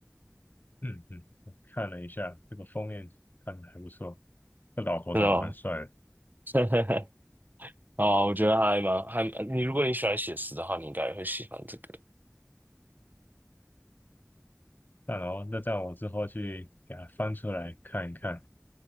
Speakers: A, on the left; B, on the right.
A: 嗯嗯，看了一下这个封面，看的还不错，这老头长得蛮帅的。
B: 真的吗？<laughs> 哦，我觉得还蛮还你如果你喜欢写实的话，你应该也会喜欢这个。
A: 那然后那这样我之后去给他翻出来看一看。